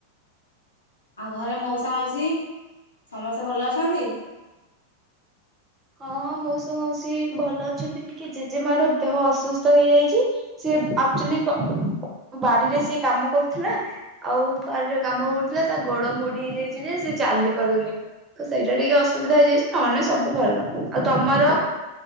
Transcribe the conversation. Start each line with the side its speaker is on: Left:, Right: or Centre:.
Left: ଆଉ ଘରେ ମଉସା ମାଉସୀ ସମସ୍ତେ ଭଲ ଅଛନ୍ତି।
Right: ହଁଁ ହଁ ମଉସା ମାଉସୀ ଭଲ ଅଛନ୍ତି ଟିକେ ଜେଜେମାର ଦେହ ଅସୁସ୍ଥ ହେଇଯାଇଛି। ସିଏ ଆଚୁଆଲି କ ବାରିରେ ସିଏ କାମ କରୁଥିଲା ଆଉ ବାରିରେ କାମ କରୁଥିଲା ତା ଗୋଡ ମୋଡି ହେଇଯାଇଛି ଯେ ସେ ଚାଲି ପାରୁନି। ତ ସେଇଟା ଟିକେ ଅସୁବିଧା ହେଇଯାଇଛି ନହେଲେ ସବୁ ଭଲ। ଆଉ ତମର।